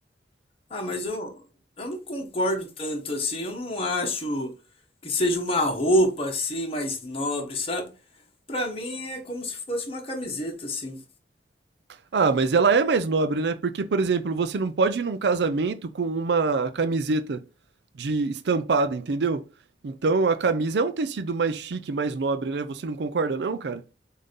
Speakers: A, on the left; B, on the right.
A: Ah, mas eu, eu não concordo tanto assim. Eu não acho que seja uma roupa assim mais nobre, sabe? Pra mim é como se fosse uma camiseta assim.
B: Ah, mas ela é mais nobre, né? Porque, por exemplo, você não pode ir num casamento com uma camiseta de estampada, entendeu? Então a camisa é um tecido mais chique, mais nobre, né? Você não concorda, não, cara?